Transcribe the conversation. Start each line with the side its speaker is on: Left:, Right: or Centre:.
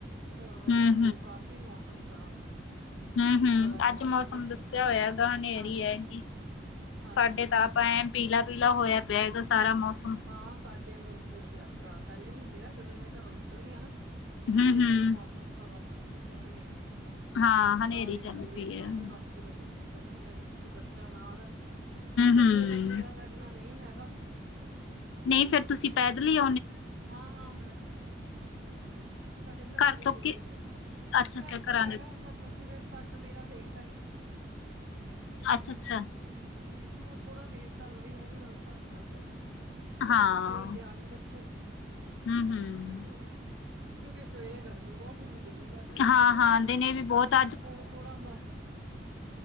Right: ਹੁਣ
Left: ਹੂੰ
Right: ਹੇ ਆ ਦੋ ਕਾਫ਼ੀ ਮੌਸਮ ਮੌਸਮ ਖ਼ਰਾਬ ਹੈ।
Left: ਹੂੰ-ਹੂੰ,
Right: ਹਵਾ ਚੱਲ
Left: ਅੱਜ ਮੌਸਮ
Right: ਰਹੀ ਹੈ
Left: ਦੱਸਿਆ ਹੋਇਆ ਹੈਗਾ, ਹਨੇਰੀ
Right: ਹਾਂਜੀ
Left: ਹੈਗੀ।
Right: ਹਾਂਜੀ
Left: ਸਾਡੇ ਤਾਂ ਆਪ ਐ ਪੀਲਾ-ਪੀਲਾ ਹੋਇਆ ਪਿਆ ਹੈਗਾ, ਸਾਰਾ ਮੌਸਮ
Right: ਹਾਂ ਸਾਡੇ ਹੁਣ ਹੋ ਗਿਆ, ਖਰਾਬ ਪਹਿਲੇ ਨੀ ਸੀਗਾ ਜਦੋਂ ਇਹੇ ਘਰੋਂ ਨਿਕਲੀਆਂ ਨਾ।
Left: ਹੂੰ
Right: ਤੇ
Left: ਹੂੰ
Right: ਹੁਣ ਮੌਸਮ ਹਵਾ ਚੱਲ ਰਹੀ ਹੈ ਹਨੇਰੀ,
Left: ਹਾਂ ਹਨੇਰੀ
Right: ਬਾਰਿਸ਼-ਬਾਰਿਸ਼
Left: ਚੱਲ ਪਈ
Right: ਨਾ
Left: ਹੈ
Right: ਹੋਏ
Left: ਹੂੰ
Right: ਬਾਕੀ ਦਾ ਕੋਈ ਕਰਨੀ ਹੈਗੀ, ਕਿਉਂਕਿ ਬੱਚਾ ਨਾਲ ਕੱਲੇ
Left: ਹੂੰ
Right: ਬੰਦੇ ਦਾ ਤਾਂ ਇਨਾ ਨਹੀਂ ਹੈਗਾ।
Left: ਨਹੀਂ ਫੇਰ ਤੁਸੀਂ ਪੈਦਲ ਈ?
Right: ਹਾਂ, ਸਾਡੇ ਘਰਾਂ
Left: ਘਰ
Right: ਦੇ
Left: ਤੋਂ
Right: ਕੋਲ
Left: ਕਿ
Right: ਹੀ ਹੈ
Left: ਅੱਛਾ ਅੱਛਾ
Right: ਘਰ ਤੋਂ
Left: ਘਰਾਂ
Right: ਹੈਗਾ
Left: ਦੇ
Right: ਮਤਲਬ ਜਿਵੇਂ ਸੱਟ ਮੇਰਾ ਤੇਈ
Left: ਅੱਛਾ ਅੱਛਾ
Right: ਹੁਣ ਥੋੜਾ ਤੇਜ਼ ਚੱਲਦੀ ਹੈਗੀ, ਮੈਂ ਉਸ ਹਿਸਾਬ ਨਾਲ ਫਿਰ ਫਟਾਫਟ
Left: ਹਾਂ
Right: ਲੈ ਕੇ ਆ ਗਈ ਬੱਚੇ ਨੂੰ
Left: ਹੂੰ ਹੂੰ
Right: ਹਣ ਕਿਉਂਕਿ ਸਵੇਰੇ ਗਰਮੀ ਬਹੁਤ ਹੁੰਦੀ। ਦਿਲ ਨੀ ਕਰਦਾ ਨਿਕਲਣ
Left: ਹਾਂ-ਹਾਂ,
Right: ਨੂੰ ਘਰਾਂ
Left: ਦਿਨੇ
Right: ਚੋਂ
Left: ਵੀ ਬਹੁਤ
Right: ਹੁਣ ਥੋੜਾ ਮ